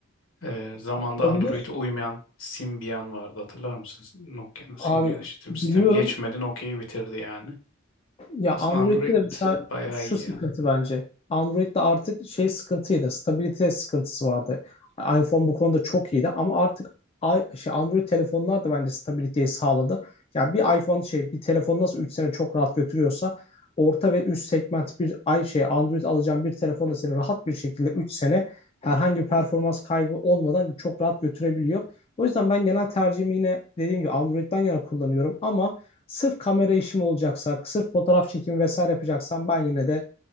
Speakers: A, on the left; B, on the left.
A: Ee, zamanda
B: Olabilir.
A: Android'e uymayan Symbian vardı hatırlar mısınız? Nokia'nın Symbian
B: Abi
A: işletim
B: biliyorum
A: sistemi geçmedi Nokia'yı bitirdi yani.
B: ya
A: Aslında
B: Android'de
A: Android
B: de mesela
A: bayağı
B: şu
A: iyi
B: sıkıntı
A: ya.
B: bence. Android'de artık şey sıkıntıydı. Stabilite sıkıntısı vardı. iPhone bu konuda çok iyiydi ama artık i- şey Android telefonlar da bence stabiliteyi sağladı. Ya bir iPhone şey bir telefon nasıl 3 sene çok rahat götürüyorsa orta ve üst segment bir ay şey Android alacağın bir telefon da seni rahat bir şekilde 3 sene herhangi bir performans kaybı olmadan çok rahat götürebiliyor. O yüzden ben genel tercihimi yine dediğim gibi Android'den yana kullanıyorum ama Sırf kamera işim olacaksa, sırf fotoğraf çekimi vesaire yapacaksam ben yine de